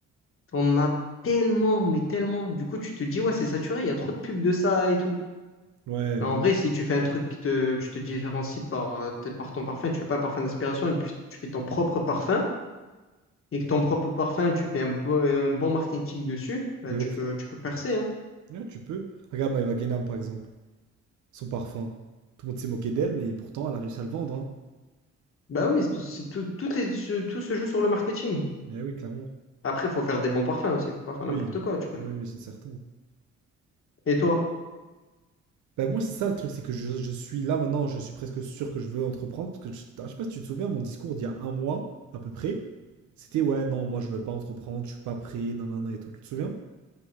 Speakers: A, on the left; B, on the right.
A: On a tellement, mais tellement. Du coup, tu te dis, ouais, c'est saturé, il y a trop de pubs de ça et tout.
B: ouais,
A: Mais
B: de
A: en vrai,
B: ouf,
A: si tu fais un truc qui te, tu te différencies par, euh, t- par ton parfum, tu fais pas un parfum d'aspiration, et puis tu fais ton propre parfum, et que ton propre parfum, tu fais un, bo- un bon marketing dessus, bah,
B: de
A: tu
B: ouf.
A: peux, tu peux percer, hein.
B: Ouais, tu peux. Regarde My Wagenham, par exemple. son parfum. Tout le monde s'est moqué d'elle, mais pourtant, elle a réussi à le vendre. Hein.
A: Bah oui, c'est c'est tout, toutes les- ce- tout se joue sur le marketing.
B: Mais oui, clairement.
A: Après, il faut faire des bons parfums aussi, faut pas faire
B: Oui,
A: n'importe quoi, tu connais.
B: oui, oui, c'est certain.
A: Et toi?
B: Ben moi, c'est ça le truc, c'est que je, je suis là maintenant, je suis presque sûr que je veux entreprendre. Parce que je, ah, je sais pas si tu te souviens, mon discours d'il y a un mois, à peu près, c'était ouais, non, moi, je veux pas entreprendre, je suis pas prêt, nanana et tout. Tu te souviens?